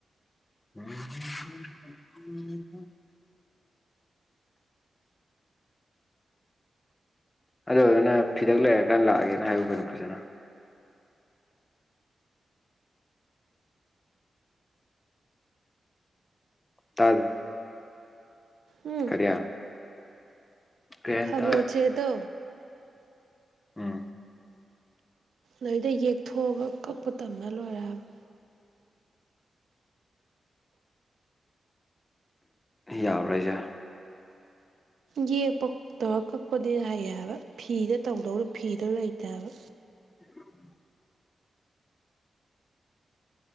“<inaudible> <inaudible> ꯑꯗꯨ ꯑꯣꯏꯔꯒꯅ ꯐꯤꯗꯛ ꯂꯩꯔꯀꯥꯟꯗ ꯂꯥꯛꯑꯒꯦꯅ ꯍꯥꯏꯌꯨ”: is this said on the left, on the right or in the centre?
Left